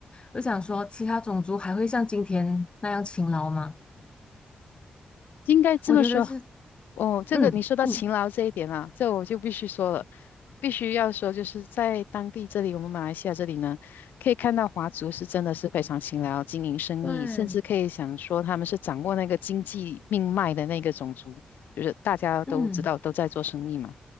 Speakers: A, on the left; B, on the left.
A: 我就想说，其他种族还会像今天那样勤劳吗？
B: 应该这么说
A: 我觉得是，
B: 哦，这个你说到勤劳这一点啊，
A: 嗯嗯
B: 这我就必须说了，必须要说，就是在当地这里，我们马来西亚这里呢，可以看到华族是真的是非常勤劳，经营生意，
A: 对。
B: 甚至可以想说他们是掌握那个经济命脉的那个种族，就是大家都知道都在做生意嘛。
A: 嗯